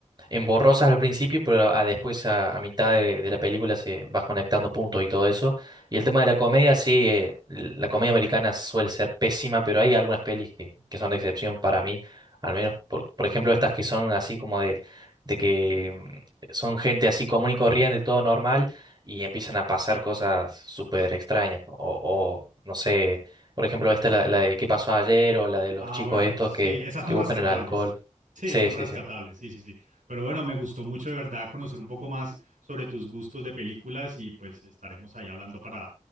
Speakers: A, on the right (about 35°); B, on the right (about 90°).
A: emborrosas al principio, pero a, después a, a mitad de, de la película se vas conectando puntos y todo eso. Y el tema de la comedia, sí, eh, la comedia americana suele ser pésima, pero hay algunas pelis que, que son de excepción para mí, al menos por, por ejemplo estas que son así como de de que son gente así común y corriente, todo normal, y empiezan a pasar cosas súper extrañas. ¿no? O, o, no sé, por ejemplo, esta, la, la de qué pasó ayer, o la de los
B: Ah,
A: chicos
B: bueno,
A: estos
B: sí,
A: que,
B: esas
A: que
B: son
A: buscan
B: rescatables.
A: el alcohol.
B: <laughs> Sí,
A: Sí,
B: son
A: sí,
B: rescatables,
A: sí.
B: sí, sí, sí. Pero bueno, me gustó mucho de verdad conocer un poco más sobre tus gustos de películas y pues estaremos ahí hablando para...